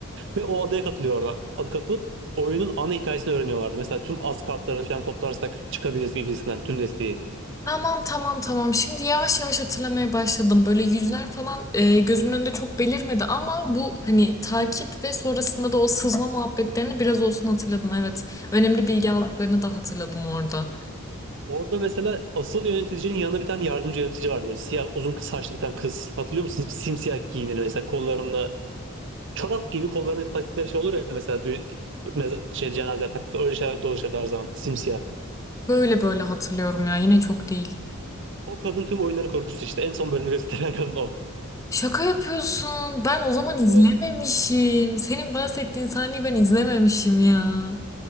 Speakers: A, on the right (about 60°); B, on the left (about 15°).
A: Ve o adaya katılıyorlar. Adı katılıp oyunun ana hikayesini öğreniyorlardı. Mesela tüm az kartlarını falan toplarsak çıkabiliriz gibisinden tüm desteği.
B: Tamam tamam tamam. Şimdi yavaş yavaş hatırlamaya başladım. Böyle yüzler falan e, gözümün önünde çok belirmedi ama bu hani takip ve sonrasında da o sızma muhabbetlerini biraz olsun hatırladım. Evet. Önemli bilgi aldıklarını da hatırladım orada.
A: Orada mesela asıl yöneticinin yanında bir tane yardımcı yönetici vardı böyle siyah uzun kız saçlı bir tane kız. Hatırlıyor musun? Simsiyah giyinir mesela kollarında çorap gibi kollarına taktıkları şey olur ya mesela düğün, mez- şey cenazeler taktı öyle şeyler dolaşırdı her zaman simsiyah.
B: Böyle böyle hatırlıyorum ya. Yine çok değil.
A: O kadın tüm oyunların kurucusu işte en son bölümü gösteren kadın o.
B: Şaka yapıyorsun. Ben o zaman izlememişim.
A: Evet.
B: Senin bahsettiğin sahneyi ben izlememişim ya.